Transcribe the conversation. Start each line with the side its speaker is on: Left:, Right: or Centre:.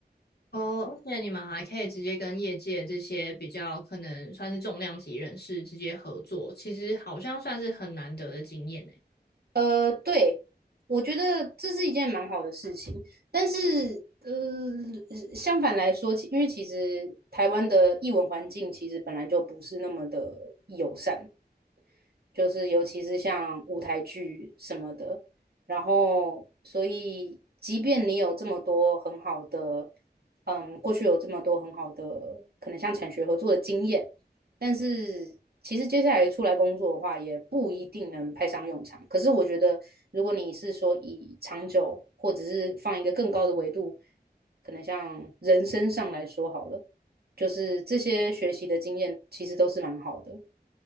Left: 哦，而且你们还可以直接跟业界这些比较可能算是重量级人士直接合作，其实好像算是很难得的经验呢。
Right: 呃，对，我觉得这是一件蛮好的事情，但是。呃，相反来说，因为其实台湾的译文环境其实本来就不是那么的友善，就是尤其是像舞台剧什么的。然后，所以即便你有这么多很好的，嗯，过去有这么多很好的，可能像产学合作的经验，但是其实接下来出来工作的话，也不一定能派上用场。可是我觉得，如果你是说以长久，或者是放一个更高的维度，可能像人生上来说好了，就是这些学习的经验其实都是蛮好的。